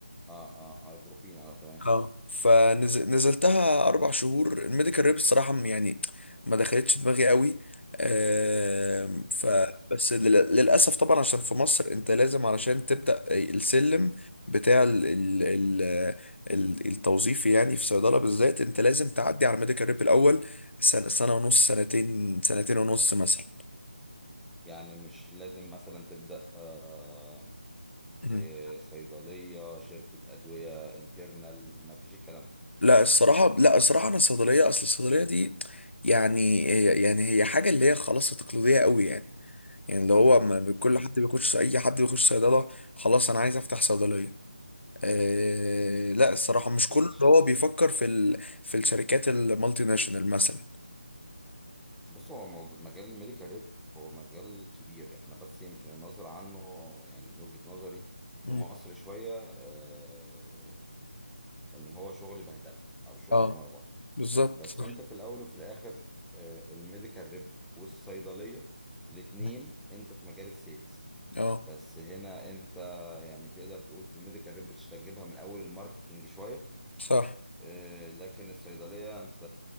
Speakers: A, in the centre; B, on the left.
A: اه اه اه بروفين اه تمام
B: اه فنزلتها اربع شهور الميديكال ريب الصراحه م- يعني ما دخلتش دماغي قوي آم، ف
A: كويس
B: بس لل- للاسف طبعا عشان في مصر انت لازم علشان تبدا السلم بتاع ال ال ال ال- التوظيفي يعني في صيدله بالذات انت لازم تعدي على الميديكال ريب الاول سنه سنه ونص سنتين سنتين ونص مثلا
A: يعني مش لازم مثلا تبدأ آه، في
B: مم.
A: صيدلية شركة أدوية انترنال مفيش الكلام ده
B: لا الصراحة لا الصراحة أنا الصيدلية أصل الصيدلية دي يعني يعني هي حاجة اللي هي خلاص تقليدية قوي يعني يعني اللي هو ما- كل
A: كويس
B: حد بيخش اي حد بيخش صيدله خلاص انا عايز افتح صيدليه آه لا الصراحه مش كله
A: ماشي
B: اللي هو بيفكر في ال... في الشركات المالتي ناشونال مثلا
A: بص هو موضوع مجال الميديكال ريب هو مجال كبير احنا بس يمكن النظر عنه يعني من وجهة نظري في
B: مم.
A: مصر شوية آه ان هو شغل بهدلة او شغل
B: اه
A: مربطة
B: بالظبط
A: بس
B: صح
A: انت في الاول وفي الاخر آه الميديكال ريب والصيدلية الاتنين
B: مم.
A: انت في مجال السيلز
B: اه
A: بس هنا انت يعني تقدر تقول في الميديكال ريب بتجيبها من اول الماركتنج شوية
B: صح
A: آه، لكن الصيدلية انت